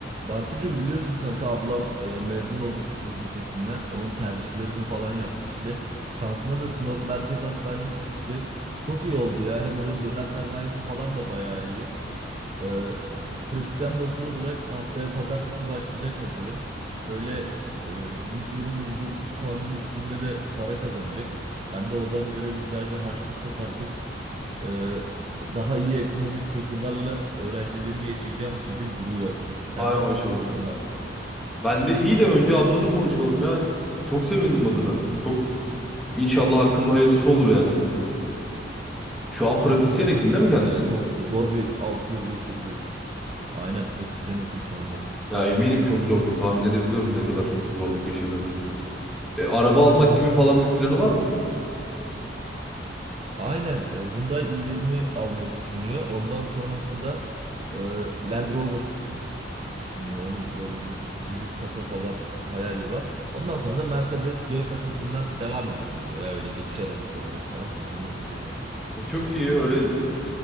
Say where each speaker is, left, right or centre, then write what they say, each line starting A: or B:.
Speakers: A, on the right; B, in the centre.
A: Bartucuğum biliyorsun kanka ablam e, mezun oldu tıp fakültesinden. Onun tercihlerini falan yaptı işte. Şansına da Sinop Merkez Hastanesi çıktı. Çok iyi oldu ya. Hem oranın döner sermayesi falan da bayağı iyi. Ee, pratisyen doktor olarak haftaya pazartesi başlayacak bakalım. Şöyle 120-130 kanın üstünde de para kazanacak. Ben de oradan böyle bir güzel bir harçlık kopartıp e, daha iyi ekonomik koşullarla öğrenciliğimi yaşayacağım gibi duruyor. Sende
B: Hay maşallah.
A: nasıl durumlar?
B: Ben de iyi de önce ablanı konuşalım ya. Çok sevindim adına. Çok inşallah hakkında hayırlısı olur yani. Şu an pratisyen hekim değil mi kendisi?
A: Ya çok zor bir 6 yıl geçirdi. Aynen pratisyen hekim şu anda.
B: Ya eminim çok zordur. Tahmin edebiliyorum ne kadar zorluk yaşadığını. E, araba almak gibi falan bir planı var mı?
A: Aynen e, Hyundai i20 almayı düşünüyor. Ondan sonrasında e, Land Rover düşünüyor. Onun böyle bir büyük kasa falan hayali var. Ondan sonra da Mercedes G kasasından devam ederim diyor. Ya öyle geçiş arabası olarak falan kullanırım diyor yani.
B: E, çok iyi. Öyle